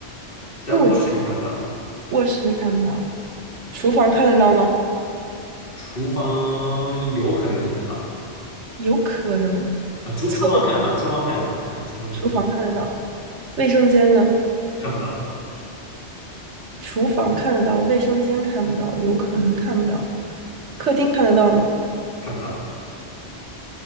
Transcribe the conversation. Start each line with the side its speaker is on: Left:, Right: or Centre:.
Left: 在卧室里看不到，
Right: 目前卧室里看不到，厨房看得到吗？
Left: 厨房有可能看得到，
Right: 有可能，
Left: 啊、厨厨房看得到，
Right: 厕所、
Left: 厨房看得到，对，厨房应该是
Right: 厨房看得到，卫生间呢？
Left: 看不到。
Right: 厨房看得到，卫生间看不到，有可能看不到，客厅看得到吗？
Left: 看不到，